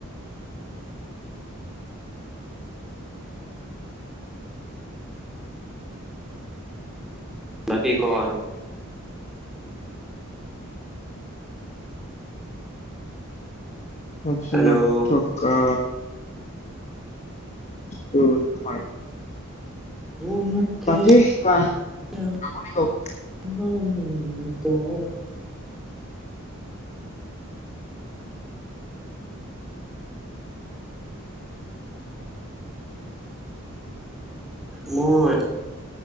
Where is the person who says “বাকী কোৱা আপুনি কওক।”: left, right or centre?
Left